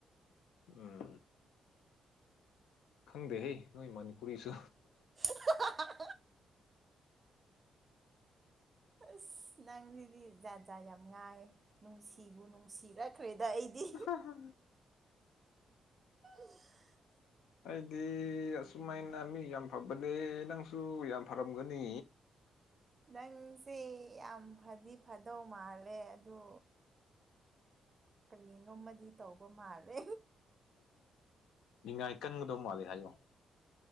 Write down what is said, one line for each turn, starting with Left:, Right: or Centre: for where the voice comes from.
Left: ꯎꯝ ꯈꯪꯗꯦꯍꯦ ꯅꯣꯏ ꯃꯅꯤꯄꯨꯔꯤꯁꯨ
Right: <unintelligible> ꯑꯁ ꯅꯪꯖꯤꯗꯤ ꯖꯥꯠ ꯖꯥꯠ ꯌꯥꯝ ꯉꯥꯡꯉꯦ ꯅꯨꯡꯁꯤꯕꯨ ꯅꯨꯡꯁꯤꯔꯛꯈ꯭ꯔꯦꯗ ꯑꯩꯗꯤ
Left: <unintelligible>
Right: <unintelligible>
Left: ꯑꯩꯗꯤ ꯑꯁꯨꯃꯥꯏꯅ ꯃꯤ ꯌꯥꯝ ꯐꯕꯅꯦ ꯅꯪꯁꯨ ꯌꯥꯝ ꯐꯔꯝꯒꯅꯤ
Right: ꯅꯪꯁꯦ ꯌꯥꯝ ꯐꯗꯤ ꯐꯗꯧ ꯃꯥꯜꯂꯦ ꯑꯗꯨ ꯀꯔꯤꯅꯣꯃꯗꯤ ꯇꯧꯕ ꯃꯥꯜꯂꯦ
Left: ꯅꯤꯡꯉꯥꯏ ꯀꯟꯒꯗꯧ ꯃꯥꯂꯦ ꯍꯥꯏꯌꯣ